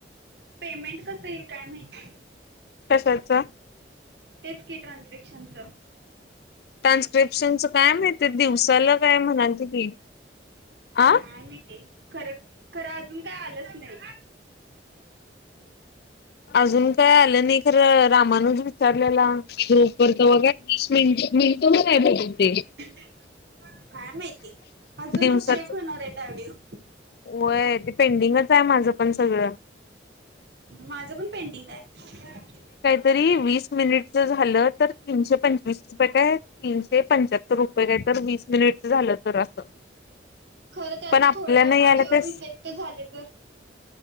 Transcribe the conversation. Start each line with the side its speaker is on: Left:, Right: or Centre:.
Right: पेमेंट कसं येईल काय माहिती
Left: कशाच
Right: तेच की ट्रान्सस्क्रीप्शनचं
Left: ट्रान्स्क्रिप्शनच काय माहिती दिवसाला काय म्हणाते की ह
Right: का मी ते खरं खरं अजून काय आलंच नाही
Left: अजून काय आलं नाही खर रामानुज विचारलेला ग्रुप व बघीस मिनट मी तुम काय भेटते
Right: काय माहिती अजूनच
Left: दिवसाच
Right: चेक होणार आहेेत ऑडिओ
Left: होय ते पेंडिंगच आहे माझं पण सगळं
Right: माझं पण पेंडिंग आहे
Left: तरी वीस मिनिटचं झालं तर तीनशे पंचवीस रुपये काय तीनशे पंच्याहत्तर रुपये काय तर वीस मिनिट झालं तर असं
Right: खरं त्यातलं
Left: पण आपल्याला
Right: थोडं ऑडिओ
Left: यायला ते
Right: रिजेक्ट झाले तर